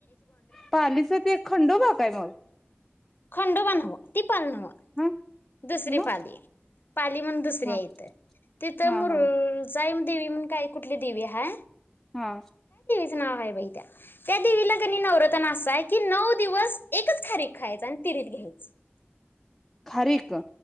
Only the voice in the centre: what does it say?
पालीचा ते एक खंडोबाग आहे मग
हा
मग
हा
हा
हा
हा
खारे एक